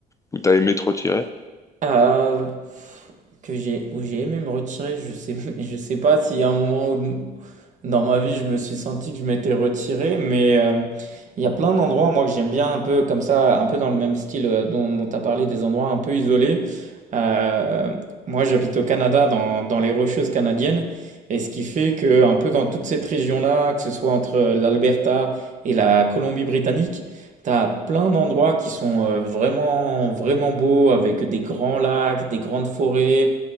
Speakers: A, on the left; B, on the right.
A: où t'as aimé te retirer.
B: Euh, que j'ai, où j'ai aimé me retirer, je sais, <laughs> je sais pas s'il y a un moment où, dans ma vie, je me suis senti que je m'étais retiré, mais euh, il y a plein d'endroits, moi, que j'aime bien, un peu comme ça, un peu dans le même style euh, dont tu as parlé, des endroits un peu isolés. Euh, moi, j'habite au Canada, dans, dans les Rocheuses canadiennes, et ce qui fait que, un peu dans toute cette région-là, que ce soit entre euh, l'Alberta et la Colombie-Britannique, tu as plein d'endroits qui sont euh, vraiment, vraiment beaux, avec des grands lacs, des grandes forêts,